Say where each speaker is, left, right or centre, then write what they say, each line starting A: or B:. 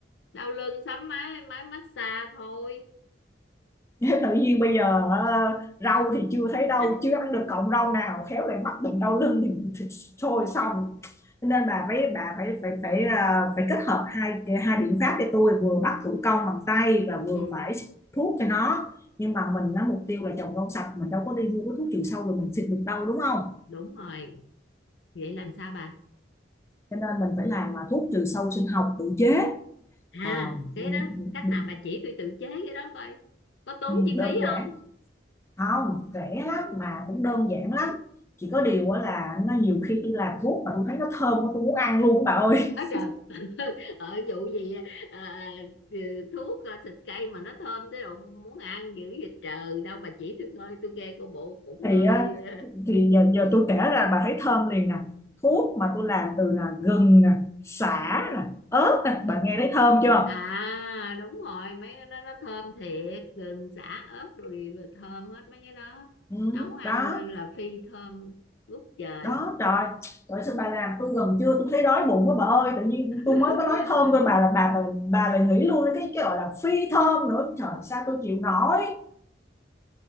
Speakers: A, on the left; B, on the left.
A: đau lưng sắm máy máy massage thôi
B: <laughs> tự nhiên bây giờ ờ, rau thì chưa thấy đâu
A: <laughs>
B: chưa ăn được cọng rau nào khéo lại mắc bệnh đau lưng thì, thì thôi xong nên bà phải bà phải phải phải ờ, phải kết hợp hai hai biện pháp cho tôi vừa bắt thủ công bằng tay và vừa
A: ừ
B: phải xịt thuốc cho nó nhưng mà mình nó mục tiêu là trồng rau sạch mình đâu có đi mua cái thuốc trừ sâu rồi mình xịt được đâu đúng không
A: đúng rồi vậy làm sao bà
B: cho nên mình phải làm mà thuốc trừ sâu sinh học tự chế
A: à
B: à,
A: cái
B: ừ,
A: đó cách
B: ừ,
A: nào bà chỉ tôi tự chế cái đó coi có tốn
B: ừ,
A: chi
B: đơn
A: phí
B: giản
A: không
B: không rẻ lắm mà cũng đơn giản lắm chỉ có điều á là nó nhiều khi tôi làm thuốc mà tôi thấy nó thơm quá, tôi muốn ăn luôn bà ơi
A: ở
B: <laughs>
A: trời ờ vụ gì à, thuốc ờ, xịt cây mà nó thơm tới độ muốn ăn dữ vậy trời đâu bà chỉ tôi coi tôi nghe cô bộ cũng
B: thì
A: hơi
B: á,
A: ờ.
B: thì giờ, giờ tôi kể ra bà thấy thơm liền nè thuốc mà tôi làm từ là gừng nè sả nè ớt nè bà nghe thấy thơm chưa
A: à đúng rồi mấy cái đó nó thơm thiệt gừng sả ớt rồi đều là thơm hết mấy cái đó
B: ừ,
A: nấu ăn
B: đó
A: lên là phi thơm ngút trời
B: đó trời trời sao bà làm tôi gần trưa tôi thấy đói bụng quá bà ơi tự nhiên
A: <laughs>
B: tôi mới có nói thơm thôi bà là bà bà, bà lại nghĩ luôn đến cái cái gọi là phi thơm nữa trời sao tôi chịu nổi